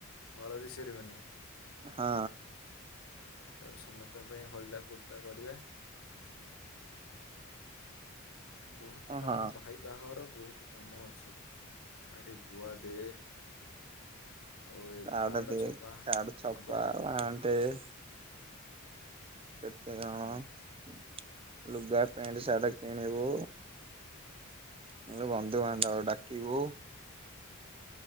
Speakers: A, on the left; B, on the right.
A: ହଳଦୀ ସେରିମନି।
B: ହଁ।
A: ସମସ୍ତଙ୍କ ପାଇଁ ହଳଦା କୁର୍ତ୍ତା କରିବା। ବହୁତ କାମ
B: ହଁ
A: ଭାଇ ବାହର ବହୁତ କାମ ଅଛି। ଆଟେ ଗୁଆ ଦେ ଆଉ ଏ
B: କାର୍ଡ
A: କାଡ
B: ଦେ
A: ଛପା ହଁ
B: କାର୍ଡ
A: ବା।
B: <unintelligible> କେତେ କଣ
A: ହଁ ବା
B: ଲୁଗା ପେଣ୍ଟ ସାଟ କିଣିବୁ। <unintelligible> ବନ୍ଧୁବାନ୍ଧବ ଡାକିବୁ।